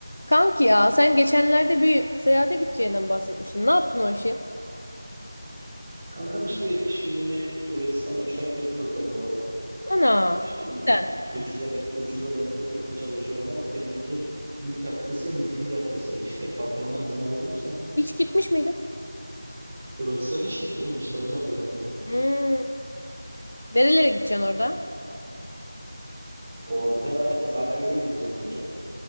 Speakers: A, on the left; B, on the right.
A: Kanki ya sen geçenlerde bir seyahate gideceğinden bahsetmiştin. Ne yaptın o işi?
B: Kankam işte şimdi bir Hırvatistan uçak bileti bakıyorum bu ara.
A: Ana.
B: İşte u-
A: Neden?
B: ucuza de- ucuza denk getirmeye çalışıyorum ama Temmuz'un ilk haftası ya da ikinci haftası işte patrondan izin alabilirsem.
A: Hiç gitmiş miydin?
B: Hırvatistan'a hiç gitmedim işte o yüzden gidiyorum zaten.
A: Hmm. Nerelere gideceksin orada?
B: Orada Zagreb'e gideceğim önce.